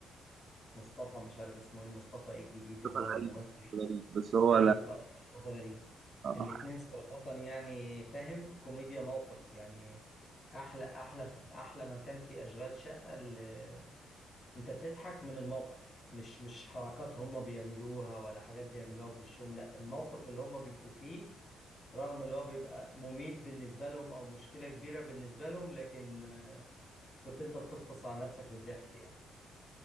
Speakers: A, on the left; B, on the right.
A: مصطفى مش عارف اسمه ايه مصطفى ايه الجديد اللي
B: مصطفى
A: هو الممثل
B: غريب غريب بس هو
A: غريب
B: لا
A: اه مصطفى غريب
B: آه.
A: الاتنين صراحة يعني فاهم كوميديا موقف يعني أحلى أحلى أحلى ما كان في أشغال شقة اللي أنت بتضحك من الموقف مش مش حركات هما بيعملوها ولا حاجات بيعملوها بوشهم لا الموقف اللي هما بيبقوا فيه رغم اللي هو بيبقى مميت بالنسبة لهم أو مشكلة كبيرة بالنسبة لهم لكن آه، كنت أنت بتفطس على نفسك من الضحك يعني